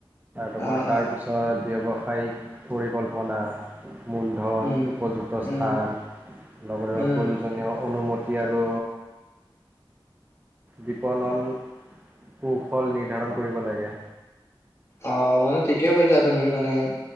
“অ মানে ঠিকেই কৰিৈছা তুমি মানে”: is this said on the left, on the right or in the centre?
Left